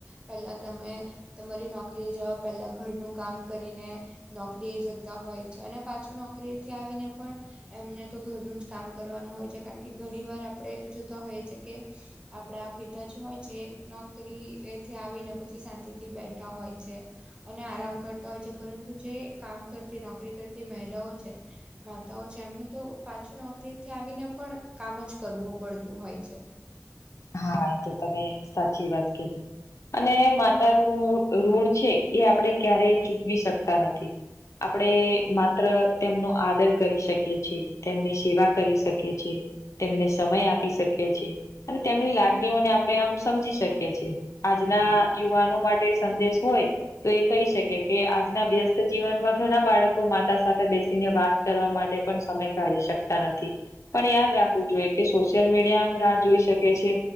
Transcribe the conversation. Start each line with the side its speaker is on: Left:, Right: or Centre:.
Right: પેલા તમે તમારી નોકરીએ જવા પેલા ઘરનું કામ કરીને નોકરીએ જતા હોય છે અને પાછું નોકરીએથી આવીને પણ એમને તો ઘરનું જ કામ કરવાનું હોય છે. કારણ કે ઘણી વાર આપણે જોતા હોઈએ છે, કે આપણા પિતાજી હોય છે નોકરીએથી આવીને પછી શાંતિથી બેઠા હોય છે. અને આરામ કરતો હોય છે, પરતુ જે કામ કરતી નોકરી કરતી મહિલાઓ છે. માતાઓ છે. એમને તો પાછું નોકરીએથી આવીને પણ કામ જ કરવું પડતું હોય છે.
Left: હા એ તો તમે સાચી વાત કીધી. અને માતાઋનું ઋણ છે એ આપણેે ક્યારેય ચૂકવી શકતા નથી. આપણે
Right: હા
Left: માત્ર તેમનો આદર કરી શકીએ છીએ. તેમની સેવા કરી શકીએ છે. તેમને સમય આપી શકીએ છે. તેમણી લાગણીઓને આપણે આમ સમજી શકીએ છીએ. આજના યુવાનો માટે સદેશ હોય તો એ કહી શકે કે આજના વ્યસ્ત જીવનમાં ઘણા બાળકો માતા સાથે બેસીને વાત કરવા માટે પણ સમય કાઢી શકતા નથી પણ યાદ રાખવું જોઈએ કે સોશિયલ મીડિયામ રાહ જોઈ શકે